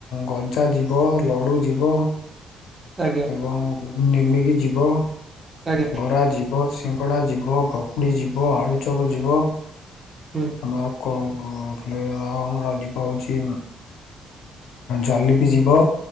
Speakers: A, on the left; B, on the right.
A: ଗଜା ଯିବ, ଲଡୁ ଯିବ।
B: ଆଜ୍ଞା
A: ଏବଂ ନିମିକି ଯିବ,
B: ଆଜ୍ଞା
A: ବରା ଯିବ, ସିଙ୍ଗଡା ଯିବ, ପକୁଡି ଯିବ, ଆଳୁଚପ ଯିବ
B: ହୁଁ
A: ଆଉ କଣ ଆଉ ଆମର ଜୀବ ହଉଛି ଜଲିପି ଯିବ